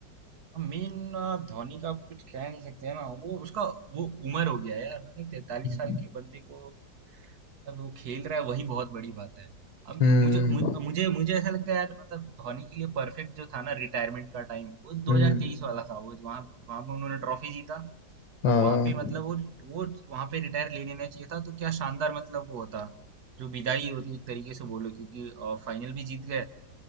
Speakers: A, on the right; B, on the left.
A: मेन धोनी का आप कुछ कह नहीं सकते हैं ना वो उसका वो उम्र हो गया है यार मतलब तैतालीस
B: हम्म
A: साल के बंदे को मतलब वो खेल रहा है वही बहुत बड़ी बात है अब
B: हम्म
A: मुझे मुझे मुझे मुझे ऐसा लगता है यार मतलब धोनी के लिए परफेक्ट जो था ना रिटायरमेंट का टाइम वो
B: हम्म,
A: 2023 वाला था वो वहां वहां पे उन्होंने ट्रॉफी जीता
B: हाँ
A: और वहां पे मतलब वो वो वहां पे रिटायर ले लेना चाहिए था तो क्या शानदार मतलब वो होता जो विदाई होती एक तरीके से बोलो क्योंकि फाइनल भी जीत गए